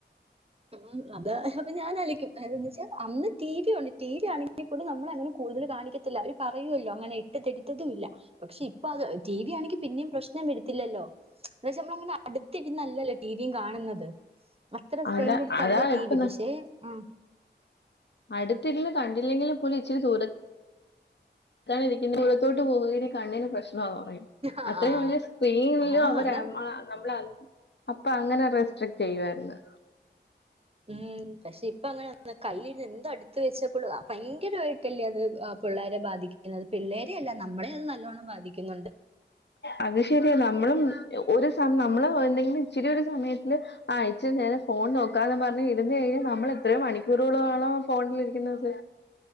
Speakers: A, on the right; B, on the left.
A: ഉം അത് അത് ഞാനായിരിക്കും അ <unintelligible> വെച്ചാ അന്ന് ടി വി ണ്ട് ടി വി ആണെങ്കിൽപ്പോലും നമ്മളങ്ങനെ കൂടുതൽ കാണിക്കത്തില്ല അവര് പറയുവല്ലോ അങ്ങനെ ഇട്ട്ത്തെടുത്തതും ഇല്ല പക്ഷെ ഇപ്പൊ അത് ടി വി ആണെങ്കി പിന്നിം പ്രശ്നം വരുത്തില്ലല്ലോ ന്തച്ചാ നമ്മളങ്ങനെ അടുത്തിരുന്നല്ലല്ലോ ടിവിയും കാണുന്നത് അത്ര
B: അതാ
A: ഫ്രെയിൻ കൊടുത്തല്ല
B: അതാ
A: ടീ
B: ഇപ്പ
A: വി പക്ഷെ ആഹ്
B: അടുത്തിര്ന്ന് കണ്ടില്ലെങ്കിലും പോലും ഇച്ചിരി ദൂര അതാണ് ഇരിക്ക <unintelligible> ദൂരത്തോട്ട് പോക കണ്ണിന് പ്രശ്നാന്ന് പറയും
A: ആ
B: അത്രയും വലിയ സ്ക്രീനിലും
A: ആ
B: അവർ
A: അതാ
B: എ നമ്മളെ അപ്പൊ അങ്ങനെ റെസ്ട്രിക്ട് ചെയ്യുവായിരുന്നു
A: ഉം പക്ഷെ ഇപ്പ അങ്ങനെ കല്ലിന്ന എന്താ അടു ത്ത് വെച്ചപ്പോൾ ഭയങ്കരമായിട്ടല്ലേ അത് പിള്ളേരെ ബാധിക്കുന്നത് പിള്ളേരെയ അല്ല നമ്മളെ അത് നല്ലോണ്ണം ബാതി തിക്കുന്നുണ്ട്
B: അത് ശരിയ നമ്മളും ഒരു സ നമ്മള് എന്തെങ്കിലും ഇച്ചിരി ഒരു സമയത്തില് ആ ഇച്ചിരി നേരം ഫോൺ നോക്കാന്ന് പർഞ്ഞ് ഇരുന്നു കഴിഞ്ഞ നമ്മൾ എത്ര മണിക്കൂറോളം ആണോ ഫോണിലിരിക്കുന്നത്